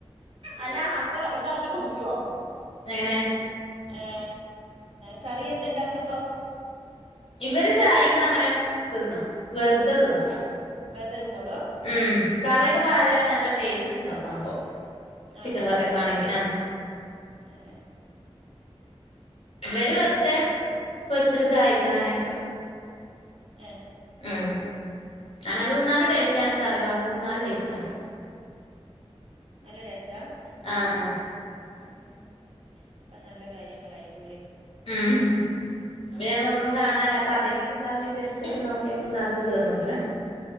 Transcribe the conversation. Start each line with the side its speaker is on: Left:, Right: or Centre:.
Right: അല്ല അപ്പൊ ഇതാക്കി കുടിക്കോ
Left: എങ്ങനെ
Right: ഏ കറി എന്തണ്ടാക്കപ്പൊ
Left: ഇവര് ചായക്ക് അങ്ങനെ തിന്നും വെറുതെ തിന്നും
Right: വെറുതെ തിന്നോളൂ
Left: ഉം കറിയൊക്കെ പാരാണെങ്കി നല്ല ടേസ്റ്റ്ണ്ടാവും സംഭവം ചിക്കൻ
Right: ആണോ
Left: കറിയൊക്കെ ആണെങ്കി ആഹ്
Right: ഏ
Left: ഇവര് വെറുതെ പൊരിച്ചിട്ട് ചായക്ക് അങ്ങനെ
Right: ഏ ഏ
Left: ആ അങ്ങന തിന്നാനും ടേസ്റ്റാണ് കറി പാർന്ന് തിന്നാനും ടേസ്റ്റ
Right: നല്ല ടേസ്റ്റാ
Left: ആ ആ
Right: ഉം ഉം ഇപ്പ നല്ല കാര്യങ്ങളായിരിക്കൂല്ലേ
Left: ഉം അപ്പൊ ഞാൻ ഒന്നും
Right: ഉം,
Left: കാണല്ല അപ്പ അതെങ്കിലും ണ്ടാവുന്നു വിചാരിച്ചിട്ട് നോക്കിയപ്പോ അതും തീർന്ന്ക്ക്ണ്